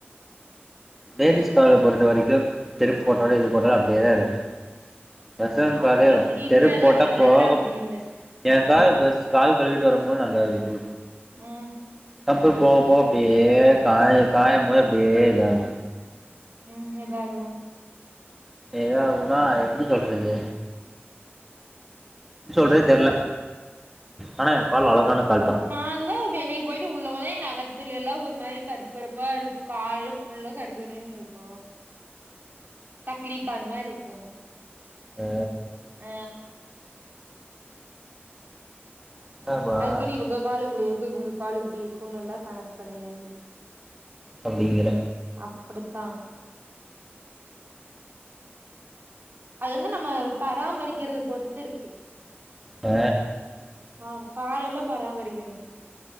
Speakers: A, in the centre; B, on the right.
A: லேடிஸ் கால பொறுத்த வரைக்கு செருப்பு போட்டாலு எது போட்டலு அப்டியே தா இருக்கு பசங்க
B: அ
A: காலே அப்
B: இத் இதெல்லா
A: செருப்பு போட்டா
B: இதெல்லா
A: போகப்
B: அப்டி இல்ல
A: ஏ கால் பஸ் கால் கழுவிட்டு வரும்போது நல்லா இருக்கு
B: ம்
A: தப்பு போ போ அப்யே காய காயம் போது அப்டியே இதாகு
B: ம் எதாகு
A: ஏதாகுனா எப்டி சொல்றது சொல்றதே தெரியல ஆனா எ கால் அழகான கால் தா
B: நா தா வெளியே போயிட்டு உள்ள வந்தே என் நகத்துல எல்லா ஒரு மாரி கருப்பு கருப்பா இருக்கு கால உள்ள கருக்கருனு இருக்கு தக்லி கால் மாரி இருக்கு
A: ஆ
B: ஆ
A: என்னப்பா
B: அதுக்குன்னு இவங்க கால் இப்டி இருக்கு இவங்க கால் இப்டி இருக்குன்னு எல்லா கணக்கு கெடையாது
A: அப்டிங்கிற
B: அப்டித்தா அது வந்து நம்ம பராமரிக்கறத பொறுத்து இருக்கு
A: ஆ
B: ஆ காலையெல்ல பராமரிக்கணு